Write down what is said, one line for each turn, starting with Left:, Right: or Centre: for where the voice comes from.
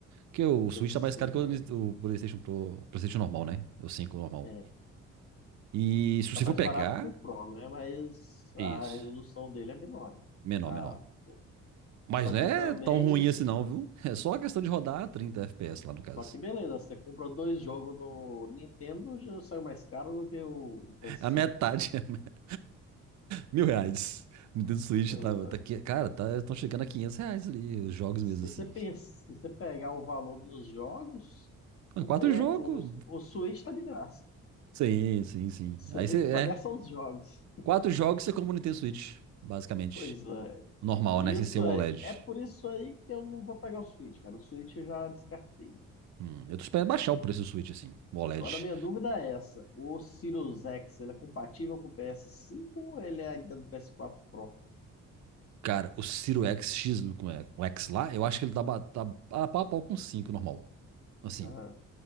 Right: Porque o
Left: o p
Right: Switch
Left: cinco,
Right: tá mais caro que
Left: né?
Right: o, o PlayStation Pro, o PlayStation normal, né? O 5 normal.
Left: É.
Right: E
Left: Está
Right: se você
Left: mais
Right: for pegar,
Left: barato que o Pro, né? Mas a
Right: isso,
Left: resolução dele é menor, né?
Right: menor,
Left: Ah,
Right: menor. Mas
Left: só
Right: não
Left: que
Right: é
Left: também.
Right: tão ruim assim não, viu? É só a questão de rodar a 30 FPS lá no caso.
Left: Só que beleza, você comprou dois jogos no Nintendo, já saiu mais caro do que o o PS5.
Right: É a metade, <laughs> Mil reais. Nintendo Switch
Left: Pois
Right: tá,
Left: é.
Right: tá, aqui- cara, tá, estão chegando a 500 reais ali, os jogos
Left: Se
Right: mesmo assim.
Left: você pensa, se você pegar o valor dos jogos,
Right: Ah,
Left: o,
Right: Quatro
Left: P,
Right: jogos?
Left: o, o Switch tá de graça.
Right: Sim, sim, sim.
Left: Você
Right: Aí
Left: tem
Right: você,
Left: que pagar
Right: é,
Left: só os jogos.
Right: quatro jogos você compra o Nintendo Switch, basicamente.
Left: Pois é.
Right: Normal,
Left: E
Right: né, sem
Left: isso
Right: ser o
Left: é,
Right: OLED.
Left: é por isso aí que eu não vou pegar o Switch, cara. O Switch eu já descartei.
Right: Hum, eu tô esperando baixar o preço do Switch, assim, o OLED.
Left: Agora, a minha dúvida é essa: o Sirius X ele é compatível com o PS5 ou ele é ainda do PS4 Pro?
Right: Cara, o Ciro X, X não- como é, o X lá, eu acho que ele tá, ba- tá a pau a pau com 5 normal. Assim,
Left: Ah,